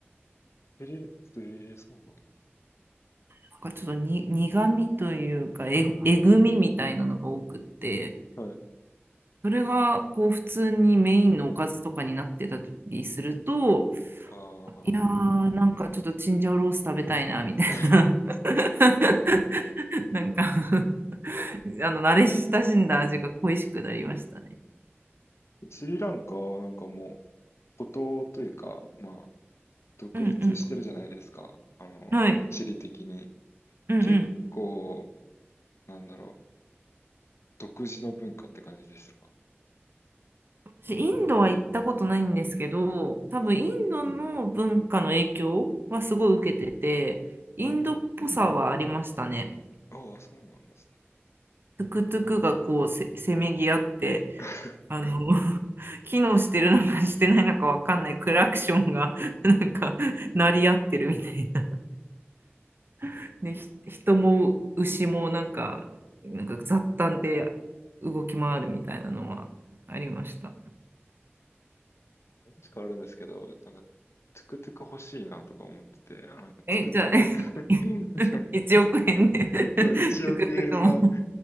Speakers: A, on the left; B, on the right.
A: スリ、えー、そうなんだ。
B: なんかちょっとに苦味というかえぐ、えぐみみたいなのが多くって、
A: はい。
B: それがこう普通にメインのおかずとかになってたりすると、
A: ああ。
B: いやー、なんかちょっとチンジャオロース食べたいなみたいな、
A: <laughs>
B: <laughs> なんか <laughs> あの慣れ親しんだ味が恋しくなりましたね。
A: スリランカはなんかもう、孤島というか、まあ、独立してるじゃないですか。
B: うんう
A: あの、
B: ん。はい。
A: 地理的に。
B: うんうん。
A: 結構、なんだろう、独自の文化って感じでしたか
B: 私インドは行ったことないんですけど、多分インドの文化の影響はすごい受けてて、
A: はい。
B: インドっぽさはありましたね。
A: はい。ああ、そうなんですね。
B: トゥクトゥクがこうせ、せめぎ合って、
A: <laughs>
B: あの <laughs>、機能してるのかしてないのかわかんないクラクションが <laughs> なんか鳴り合ってるみたいな。<laughs> で、ひ人も牛もなんか、なんか雑談で動き回るみたいなのはありました。
A: 話変わるんですけど、なんか、トゥクトゥク欲しいなとか思ってて、あ、なんかトゥクトゥク
B: え、じゃあ、
A: <laughs>
B: <laughs> 1億円で <laughs> トゥ
A: そう、1億円の、
B: クトゥクも